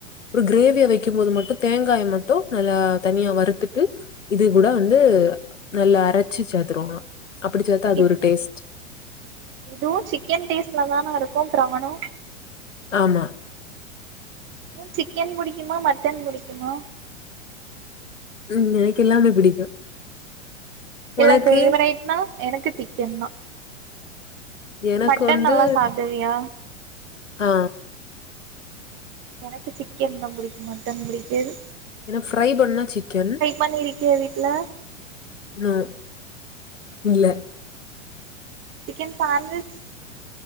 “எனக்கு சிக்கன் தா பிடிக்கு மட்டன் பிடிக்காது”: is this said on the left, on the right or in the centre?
Right